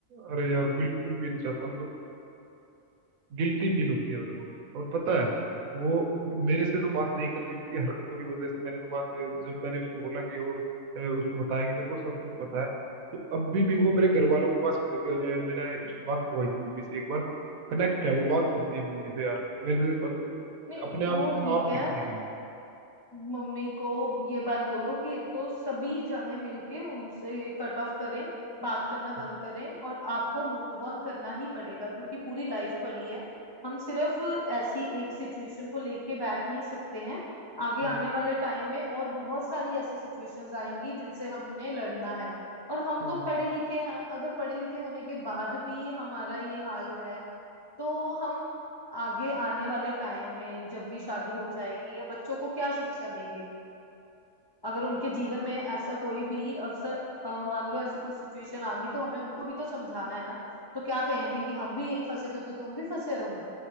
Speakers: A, on the right (about 85°); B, on the left (about 40°).
A: अरे यार बिल्कुल भी नहीं चाहता मतलब गिल्टी फील होती है मेरे को और पता है वो मतलब मेरे से तो बात नहीं कर रही उसकी हरकतों की वजह से मैंने तो बात जब मैंने उसको बोला कि और अ, उसको बताया कि मेरे को सब कुछ पता है तो अभी भी वो मेरे घर वालों के पास अ, अ, मैंने उसकी बात करवाई थी मम्मी से एक बार कनेक्ट है वो बात करती है मम्मी से यार मेरे से बत- मतलब
B: नहीं
A: अपने आप
B: वो
A: को साफ
B: ठीक है
A: दिखाने के लिए
B: मम्मी को ये बात बोलो कि एक तो सभी जाने मिलके उनसे कट ऑफ करें बात करना बंद
A: हम्म
B: करें और आपको मूव ऑन करना ही पड़ेगा क्योंकि पूरी लाइफ पड़ी है हम सिर्फ ऐसी एक सिचुएशन को लेके बैठ नहीं सकते हैं आगे
A: हम्म
B: आने वाले टाइम में और बहुत सारी ऐसी सिचुएशंस आएंगी जिनसे हमने लड़ना है और हम
A: हम्म
B: तो
A: हम्म,
B: पढ़े
A: हम्म,
B: लिखे हैं अगर पढ़े लिखे होने के बाद भी हमारा ये हाल है तो हम आगे आने वाले टाइम में जब भी शादी हो जाएगी या बच्चों को क्या शिक्षा देंगे अगर उनके जीवन
A: अ,
B: में ऐसा कोई भी अवसर अ, मान लो ऐसी कोई सिचुएशन आ गई तो हमें उनको भी तो समझाना है ना तो क्या कहेंगे कि हम भी यहीं फंसे थे तो तुम भी फंसे रहो